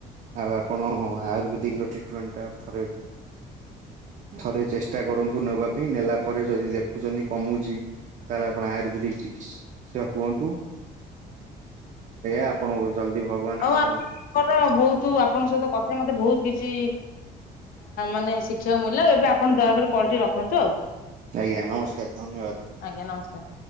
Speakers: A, on the right (about 45°); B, on the left (about 55°).
A: ଆଉ ଆପଣ ଆୟୁର୍ବେଦିକର ଟ୍ରିଟମେଣ୍ଟଟା ଥରେ ଥରେ ଚେଷ୍ଟା କରନ୍ତୁ ନେବା ପାଇଁ ନେଲା ପରେ ଯଦି ଦେଖୁଛନ୍ତି କମୁଛି ତାହେଲେ ଆପଣ ଆୟୁର୍ବେଦିକ ଚିକିତ୍ସା ହୁଅନ୍ତୁ ଏ ଆପଣଙ୍କ ଜଲଦି ଭଗବାନ
B: ଆଉ
A: ଆପଣଙ୍କୁ
B: ଆପଣଙ୍କର ବହୁତ ଆପଣଙ୍କ ସହିତ କଥା ରେ ମତେ ବହୁତ କିଛି ମାନେ ଶିଖିବାକୁ ମିଳିଲା ଏବେ ଆପଣ ଦୟାକରି କଲଟି ରଖନ୍ତୁ ଆଉ।
A: ଆଜ୍ଞା ନମସ୍କାର ଧନ୍ୟବାଦ।
B: ଆଜ୍ଞା ନମସ୍କାର।